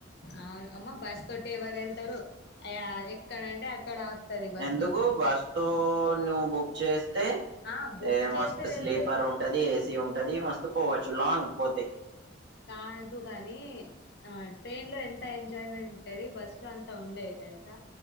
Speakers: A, on the left (about 55°); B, on the right (about 60°).
A: అవును అమ్మ బస్ తోటి ఎవరు వెళ్తారు అ ఎక్కడ అంటే అక్కడ ఆపుతది బస్
B: ఎందుకు
A: అయితే
B: బస్తో నువ్వు బుక్ చేసి తే
A: ఆ బుక్
B: ఏ మస్త్
A: చేస్తే
B: స్లీపర్
A: వెళ్తే
B: ఉంటది ఏసీ ఉంటది మస్తు పోవచ్చు లాంగ్ పోతే
A: కాదు కాగాని ఆ ట్రైన్ లో ఎంత ఎంజాయ్మెంట్ ఉంటుంది బస్ లో అంత ఉండేదీ తెలుసా